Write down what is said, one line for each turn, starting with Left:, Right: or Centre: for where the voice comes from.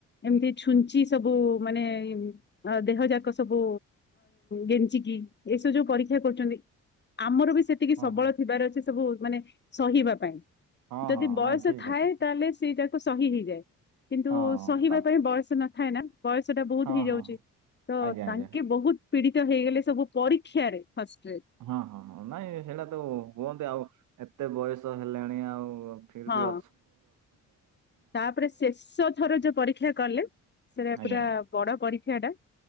Left: ଏମିତି ଛୁଞ୍ଚି ସବୁ ମାନେ ଦେହ ଯାକ ସବୁ ଗେଞ୍ଚିକି ଏସବୁ ଯୋଉ ପରୀକ୍ଷା କରୁଛନ୍ତି ଆମର ବି ସେତିକି
Right: ହଁ
Left: ସବଳ
Right: ହଁ
Left: ଥିବାର ଅଛି ସବୁ ମାନେ ସହିବା ପାଇଁ
Right: ହଁ
Left: ଯଦି
Right: ହଁ
Left: ବୟସ
Right: ନାଇଁ ଠିକ୍
Left: ଥାଏ,
Right: କଥା
Left: ତାହେଲେ ସେ ସହି ହେଇଯାଏ କିନ୍ତୁ
Right: ହଁ
Left: ସହିବା
Right: ତା
Left: ପାଇଁ ବୟସ ନଥାଏ ନା ବୟସ ଟା ବହୁତ
Right: ହଁ
Left: ହେଇଯାଉଛି
Right: ହଁ
Left: ତ
Right: ଆଜ୍ଞା ଆଜ୍ଞା
Left: ତାଙ୍କେ ବହୁତ ପୀଡିତ ହେଇଗଲେ ସବୁ ପରୀକ୍ଷାରେ ଫଷ୍ଟ୍ରେ୍
Right: ହଁ ହଁ ହଁ ନାଇଁ ସେଇଟା ତ ହୁଅନ୍ତି ଆଉ ଏତେ ବୟସ ହେଲେଣି ଆଉ ଫିରିବି
Left: ହଁ
Right: ଅ
Left: ତାପରେ ଶେଷ ଥର ଯୋଉ ପରୀକ୍ଷା କଲେ ସେଟା
Right: ଆଜ୍ଞା
Left: ପୁରା
Right: ଆଜ୍ଞା
Left: ବଡ ପରୀକ୍ଷାଟା